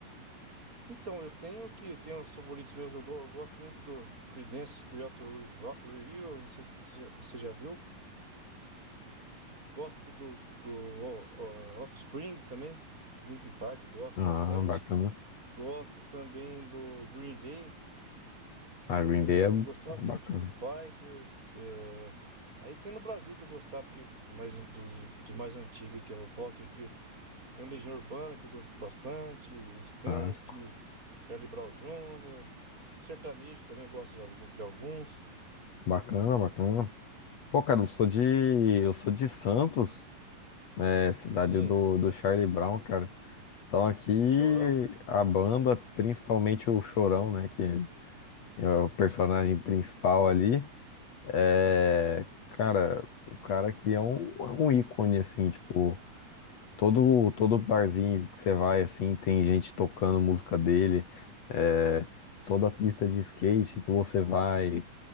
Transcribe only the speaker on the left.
Ah,
bacana.
A Green
Day é, é
bacana.
Clássico.
Bacana, bacana. Pô, cara, eu sou de. Eu sou de Santos, né? Cidade
do, do Charlie Brown, cara. Então aqui
a banda, principalmente o Chorão, né? Que é o personagem principal ali. É, cara, o cara aqui é um, é um ícone, assim, tipo, todo, todo barzinho que você vai, assim, tem gente tocando música dele, é, toda pista de skate que você vai,